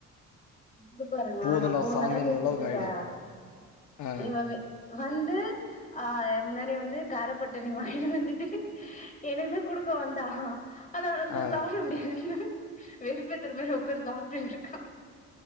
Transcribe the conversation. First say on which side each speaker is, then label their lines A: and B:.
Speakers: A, on the left; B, on the left.
A: இத பாருங்களா
B: போதும்டா
A: நா போன்
B: சாமின்ற
A: தானே பேசிட்டுருக்கே
B: அளவுக்கு ஆயிடும். அ
A: இவ வெ வந்து ஆஹ் எ முன்னாடி வந்து காரப்பட்டணி வாங்கினு வந்துட்டு எனக்கு தா குடுக்க வந்தா ஆனா என்னால்தா
B: அ.
A: சாப்ட முடியாது வெறுப்பேத்துற மாரி உக்காந்து சாப்ட்டுட்ருக்